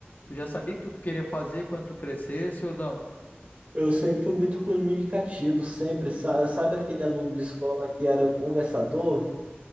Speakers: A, on the left; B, on the right.
A: tu já sabia que tu queria fazer quando tu crescesse ou não?
B: Eu sempre fui muito comunicativo, sempre. Sa- Sabe aquele aluno de escola que era o conversador?